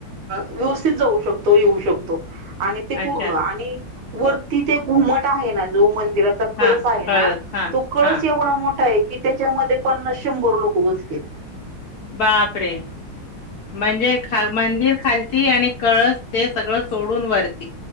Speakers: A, on the right (about 85°); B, on the left (about 70°).
A: व्यवस्थित जाऊ शकतो येऊ शकतो. आणि ते
B: अच्छा.
A: पूर्ण आणि वरती ते घुमट आहे ना जो म्हण तो कळस
B: हां,
A: आहे ना,
B: हां,
A: तो कळस
B: हां.
A: एवढा मोठा आहे, की त्याचा मध्ये पन्नास शंभर लोकं उपस्थित
B: बापरे म्हणजे खा मंदिर खालती आणि कळस ते सगळं सोडून वरते.